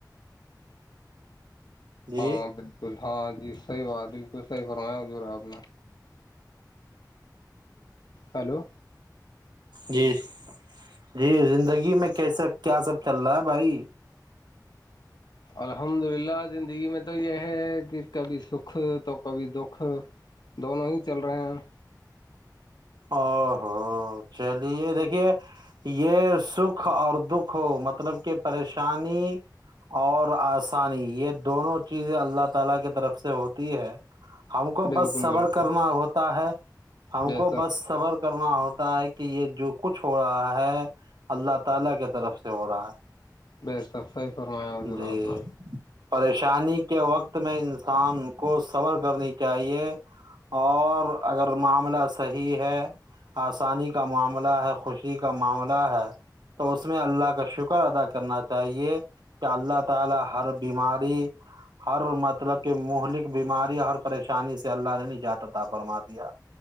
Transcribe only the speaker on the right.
جی
جی جی زندگی میں کیسا کیا سب چل رہا ہے بھائی
آ ہاں چلیے دیکھیے یہ سکھ اور دکھ ہو مطلب کہ پریشانی <unintelligible> ہم کو
بس سورر
کرنا ہوتا ہے ہم
کو
بس سفر کرنا ہوتا ہے کہ یہ جو کچھ ہو رہا ہے <unintelligible>
ہے
جی پریشانی کے وقت میں انسان کو سبر کرنی چاہیے اور <unintelligible> دیا